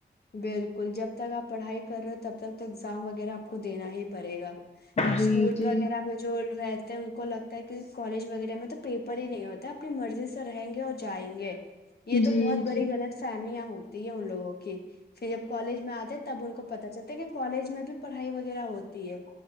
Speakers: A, on the left; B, on the left.
A: بالکل جب تک آپ پڑھائی کر رہے ہو تب تک تو ایگزام وغیرہ آپ کو دینا ہی پڑے گا اسکول
B: جی جی
A: وغیرہ میں جو رہتے ان کو لگتا ہے کہ کالج وغیرہ میں تو پیپر ہی نہیں ہوتا اپنی مرضی سے رہیں گے اور جائیں گے یہ
B: جی
A: تو بہت بڑی
B: جی
A: غلط فہمیاں ہووں تی ع لوگ کہ پھر جب کالج میں آتے تب ان کو پت چلتا کہ کالج میں بھی پڑھائی وغیرہ ہوتی ہے